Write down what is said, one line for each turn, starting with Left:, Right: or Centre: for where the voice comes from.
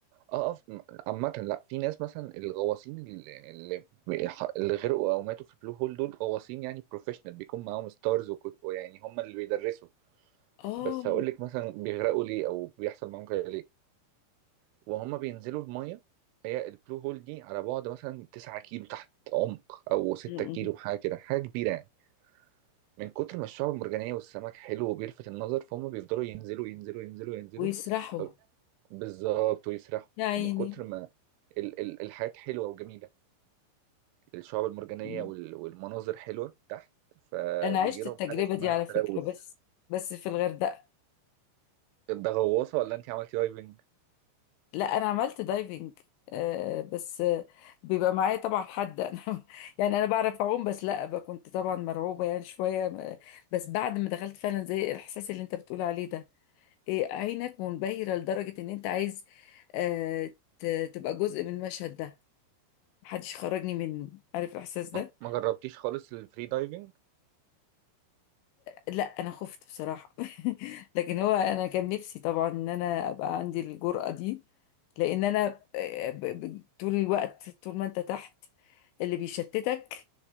Right: اه اه م- عامة لا في ناس مثلا الغواصين اللي, اللي اللي غرقوا أو ماتوا في البلو هول دول غواصين يعني بروفيشنال بيكون معاهم ستارز وكت- ويعني هم اللي بيدرسوا
Left: اه
Right: بس هقول لك مثلا بيغرقوا ليه أو بيحصل معاهم كده ليه وهم بينزلوا المية هي البلو هول دي على بعد مثلا 9 كيلو تحت عمق أو 6
Left: مم.
Right: كيلو حاجة كده حاجة كبيرة يعني من كتر ما الشعب المرجانية والسمك حلو وبيلفت النظر فهم بيفضلوا ينزلوا ينزلوا ينزلوا ينزلوا
Left: ويسرحوا
Right: ف- بالظبط ويسرحوا
Left: يا عيني
Right: من كتر ما ال ال الحياة حلوة وجميلة الشعب المرجانية
Left: مم.
Right: وال والمناظر حلوة تحت فبيجي
Left: انا عشت
Right: لهم
Left: التجربة
Right: حاجة اسمها
Left: دي على
Right: تلوث
Left: فكرة بس بس في الغردقة
Right: ده غواصة ولا انت عملتي دايفنج؟
Left: لا انا عملت دايفنج آه بس آه بيبقى معايا طبعا حد <laughs> انا يعني انا بعرف اعوم بس لا ب- كنت طبعا مرعوبه يعني شويه آه، بس بعد ما دخلت فعلا زي الاحساس اللي انت بتقول عليه ده إيه عينك منبهره لدرجه ان انت عايز آه ت- تبقى جزء من المشهد ده محدش خرجني منه عارف الاحساس ده
Right: ما ما جربتيش خالص الفري دايفنج؟
Left: لا انا خفت بصراحه <laughs> لكن هو انا كان نفسي طبعا ان انا ابقى عندي الجرأة دي لان انا آه، ب- ب- طول الوقت طول ما انت تحت اللي بيشتتك